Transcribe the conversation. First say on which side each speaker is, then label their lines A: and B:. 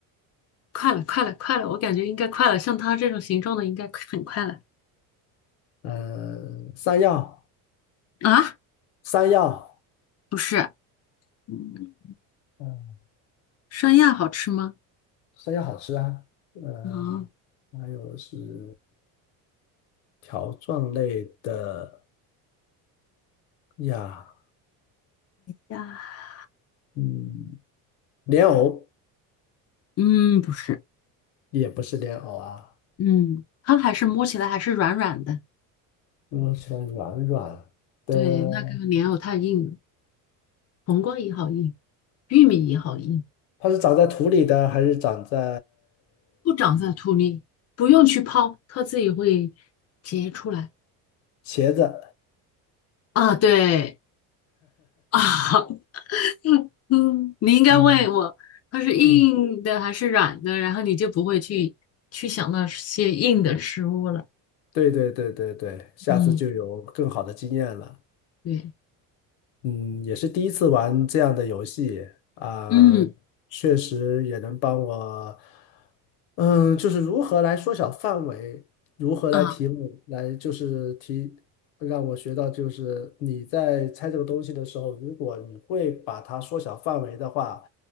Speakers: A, on the left; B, on the left.
A: 快了，快了，快了！我感觉应该快了，像它这种形状的应该很快了。
B: 嗯、山药，
A: 啊？
B: 山药，
A: 不是，嗯，
B: 嗯、
A: 山药好吃吗？
B: 山药好吃啊，呃，
A: 啊
B: 还有是条状类的呀，
A: 呀，
B: 嗯，莲藕
A: 嗯，不是，
B: 也不是莲藕啊。
A: 嗯，它还是摸起来还是软软的。
B: 摸起来软软的，
A: 对，那个莲藕太硬了，黄瓜也好硬，玉米也好硬，
B: 它是长在土里的还是长在
A: 不长在土里，不用去泡，它自己会结出来。
B: 茄子？
A: 啊，对啊，<laughs> 嗯，嗯，你应该问我，
B: 嗯
A: 它是硬的还是软的，
B: 嗯，
A: 然后你就不会去去想那些硬的食物了。
B: 对对对对对，下次就有更好的经验了。
A: 嗯，对，
B: 嗯，也是第一次玩这样的游戏啊，
A: 嗯，
B: 确实也能帮我，嗯，就是如何来缩小范围，如何来题目，
A: 啊，
B: 来就是提，让我学到就是你在猜这个东西的时候，如果你会把它缩小范围的话，